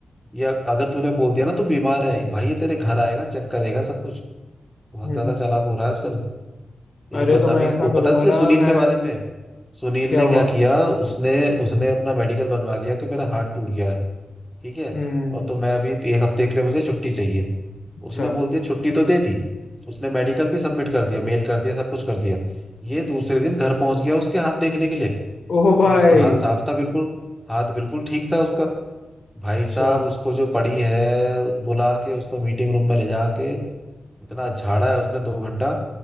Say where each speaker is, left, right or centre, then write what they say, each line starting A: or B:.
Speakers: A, in the centre; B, on the left.
A: ये अगर तूने बोल दिया ना तू बीमार है भाई ये तेरे घर आएगा चेक करेगा सब कुछ बहुत
B: हम्म
A: ज्यादा चालाक हो रहा है आजकल एक
B: अरे
A: बंदा
B: तो मैं
A: अभी
B: ऐसा
A: वो
B: करूंगा
A: पता है तुझे
B: ना
A: सुनील
B: मैं
A: के बारे में सुनील
B: क्या
A: ने
B: हुआ
A: क्या किया उसने उसने अपना मेडिकल बनवा लिया कि मेरा हाथ टूट गया है ठीक है
B: हम्म
A: और तो मैं अभी एक हफ्ते के लिए मुझे छुट्टी चाहिए
B: अच्छा
A: उसने बोल दिया छुट्टी तो दे दी उसने मेडिकल भी सबमिट कर दिया मेल कर दिया सब कुछ कर दिया ये दूसरे दिन घर पहुंच गया उसके हाथ देखने के लिए
B: ओ भाई
A: और उसका हाथ साफ था बिल्कुल हाथ बिल्कुल ठीक था उसका भाई
B: अच्छा
A: साहब उसको जो पड़ी है बुला के उसको मीटिंग रूम में ले जाके इतना झाड़ा है उसने दो घंटा